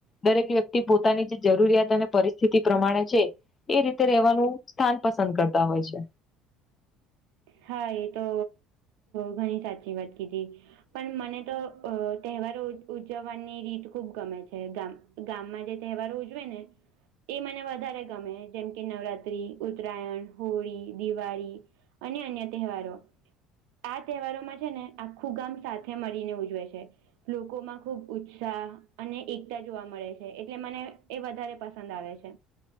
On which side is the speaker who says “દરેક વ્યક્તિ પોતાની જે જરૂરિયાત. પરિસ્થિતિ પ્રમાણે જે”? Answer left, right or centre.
Left